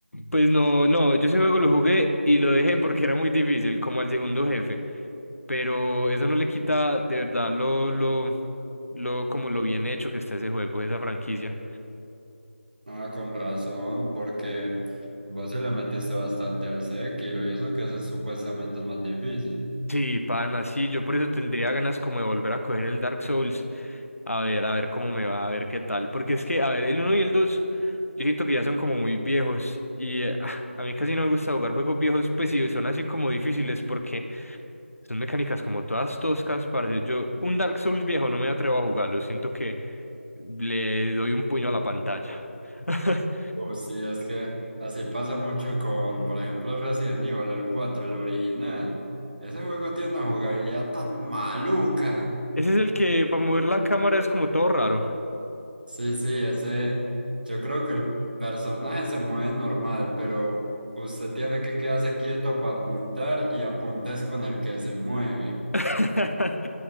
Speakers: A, on the left; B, on the right.
A: Pues no, no, yo ese juego lo jugué y lo dejé porque era muy difícil, como al segundo jefe. Pero eso no le quita de verdad lo, lo, lo, como lo bien hecho que está ese juego, esa franquicia.
B: Ah, con razón, porque vos se le metiste bastante al Sekiro y eso que es supuestamente el más difícil.
A: Sí, pana, sí, yo por eso tendría ganas como de volver a coger el Dark Souls, a ver, a ver cómo me va, a ver qué tal, porque es que, a ver, el uno y el 2, yo siento que ya son como muy viejos, y eh, ah, a mí casi no me gusta jugar juegos viejos, pues sí, son así como difíciles, porque son mecánicas como todas toscas, parce, yo, un Dark Souls viejo no me atrevo a jugarlo, siento que le doy un puño a la pantalla. <laughs>
B: O sí, es que así pasa mucho con, por ejemplo, Resident Evil, el cuatro el original. Ese juego tiene una jugabilidad tan maluca.
A: Ese es el que, para mover la cámara es como todo raro.
B: Sí, sí, ese, yo creo que el personaje se mueve normal, pero usted tiene que quedarse quieto para apuntar y apuntes con el que se mueve.
A: <laughs>